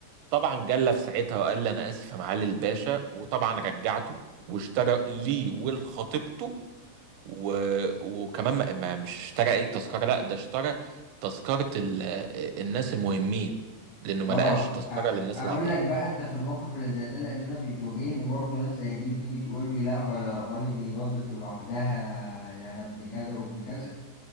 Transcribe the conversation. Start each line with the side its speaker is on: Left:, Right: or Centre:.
Right: طبعا جلى في ساعتها وقال لي انا اسف يا معالي الباشا وطبعا رجعته واشترى لي ولخطيبته و... وكمان ما... ما مش اشترى اي تذكره لا ده اشترى تذكره ال... الناس المهمين لانه ما
Left: اه
Right: لقاش تذكره
Left: أ-
Right: للناس
Left: اقول
Right: العاديين
Left: لك بقى انت في الموقف اللي زي ده لان انا بتواجهني برضو ناس زي دي وتيجي تقول لي لا غيرها لي دي باظت لوحدها انا ابن كذا وابن كذا